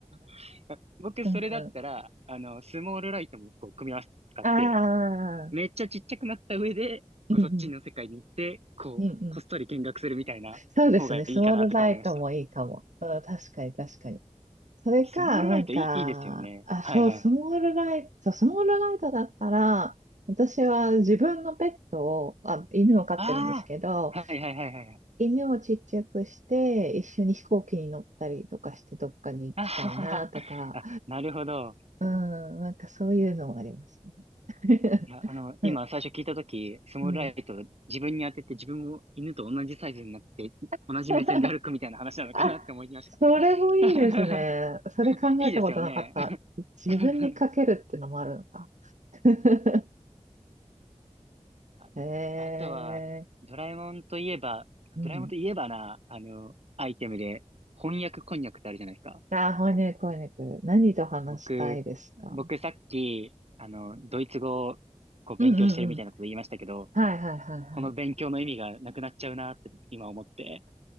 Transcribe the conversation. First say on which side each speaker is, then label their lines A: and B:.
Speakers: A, on the right; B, on the right.
A: <laughs> 僕、
B: うんうん、
A: それだったら、あの、スモールライトもこう、組み合わせて使って、
B: ああ、
A: めっちゃちっちゃくなった上で、
B: うんうん、
A: こうそっちの世界に行って、こう、
B: うんうん。
A: こっそり見学するみたいな方がいいかなとか思いました。
B: そうですね。スモールライトもいいかも。うん、確かに確かに。それか、
A: スモールライトいい、
B: なんか、
A: いいですよね。
B: あ、
A: はいはいはい。
B: そう、スモールライト、スモールライトだったら、私は自分のペットを、あ、犬を飼ってるんですけど、
A: ああ、はいはいはいはいはい。
B: 犬をちっちゃくして、一緒に飛行機に乗ったりとかして、どっかに行きたいなとか、
A: あはははあ、なるほど。
B: うん、なんかそういうのもありますね。<laughs>
A: いや、あの、
B: はい、
A: 今最初聞いたとき、スモールライト自分に当てて自分も犬と同じサイズになって、
B: うん。<laughs>
A: 同じ目線で歩くみたいな話なのかなって思いました。
B: あ、それもいいですね。
A: <laughs>
B: それ考えたことなかった。
A: いいですよね。
B: 自分にかけるってのもあるのか。
A: <laughs>
B: <laughs>
A: あ、
B: ええ
A: あとは、ドラえもんといえば、
B: うん。
A: ドラえもんといえばな、あの、アイテムで、翻訳こんにゃくってあるじゃないですか。
B: あ、翻訳翻訳。何と話したいですか
A: 僕、僕さっき、あの、ドイツ語をこう勉強してるみたいなこと言いましたけど、
B: うんうんうん。はいはいはいはい。
A: この勉強の意味がなくなっちゃうなって今思って、